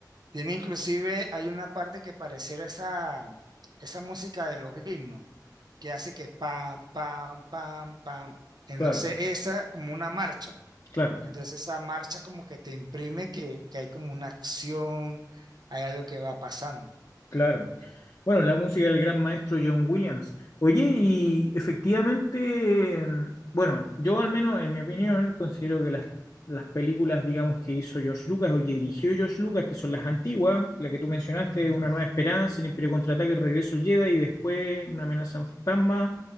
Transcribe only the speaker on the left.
Claro,
claro.
Claro. Bueno, la música del gran maestro John Williams. Oye, y efectivamente, mm, bueno, yo al menos en mi opinión considero que las, las películas, digamos, que hizo George Lucas o que dirigió George Lucas, que son las antiguas, la que tú mencionaste,
Una Nueva Esperanza, El Imperio Contraataca, El Regreso del Jedi y después Una Amenaza Fantasma,